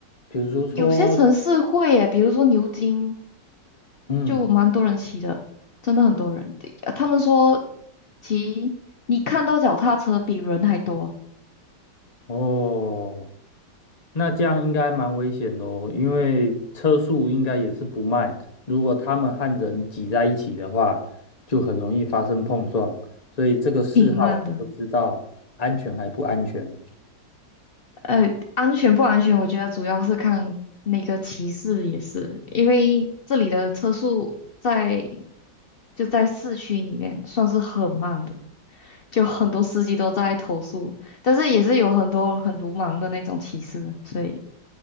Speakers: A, on the left (about 30°); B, on the left (about 60°).
A: 比如说，
B: 有些城市会耶，比如说牛津
A: 嗯，
B: 就蛮多人骑的，真的很多人。对呃他们说骑你看到脚踏车比人还多。
A: 哦，那这样应该蛮危险的哦，因为车速应该也是不慢，如果他们和人挤在一起的话，就很容易发生碰撞，所以这个嗜好我不知道安全还不安全呢。
B: 挺慢的。呃，安全不安全，我觉得主要是看那个骑士也是，因为这里的车速在就在市区里面算是很慢的，就很多司机都在投诉，但是也是有很多很鲁莽的那种骑士，所以